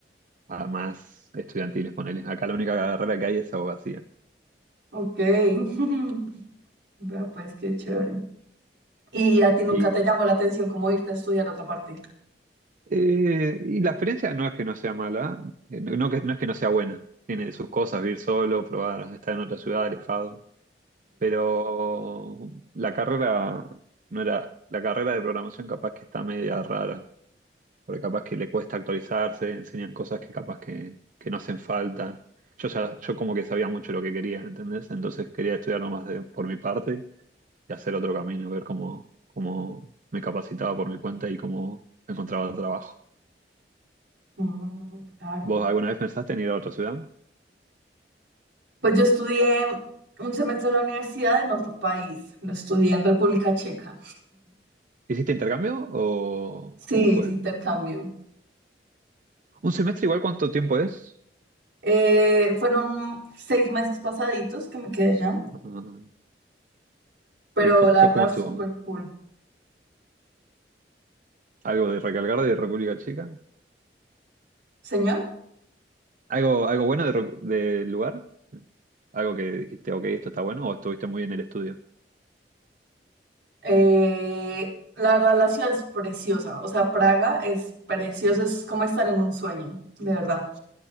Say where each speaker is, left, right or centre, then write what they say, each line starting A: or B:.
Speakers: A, on the right (about 50°); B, on the right (about 75°).
A: a más estudiantiles, ponele. Acá la única carrera que hay es abogacía.
B: ok. <laughs> Vea, pues qué chévere. ¿Y a ti nunca
A: Y,
B: te llamó la atención cómo irte a estudiar a otra parte?
A: eh, y la experiencia no es que no sea mala, eh, no, no que, no es que no sea buena. Tiene sus cosas, vivir solo, probar, estar en otra ciudad, alejado. Pero la carrera no era, la carrera de programación capaz que está media rara. porque capaz que le cuesta actualizarse, enseñan cosas que capaz que, que no hacen falta. Yo ya, yo como que sabía mucho lo que quería, ¿entendés? Entonces quería estudiarlo más de, por mi parte y hacer otro camino, ver cómo, cómo me capacitaba por mi cuenta y cómo encontraba trabajo.
B: Ujú, mm, claro.
A: ¿Vos alguna vez pensaste en ir a otra ciudad?
B: Pues yo estudié un semestre en la universidad en otro país. Lo estudié en República Checa.
A: ¿Hiciste intercambio o
B: Sí,
A: cómo fue?
B: es intercambio.
A: ¿Un semestre igual cuánto tiempo es?
B: Eh, fueron seis meses pasaditos que me quedé allá,
A: Ah,
B: pero
A: ¿Y cómo,
B: la
A: cómo
B: verdad
A: estuvo?
B: súper cool.
A: ¿Algo de recalcar de República Checa?
B: Señor,
A: ¿Algo, algo bueno de ro- del lugar? ¿Algo que dijiste, ok, esto está bueno o estuviste muy bien en el estudio?
B: eh, la verdad la ciudad es preciosa, o sea, Praga es preciosa, es como estar en un sueño, de verdad.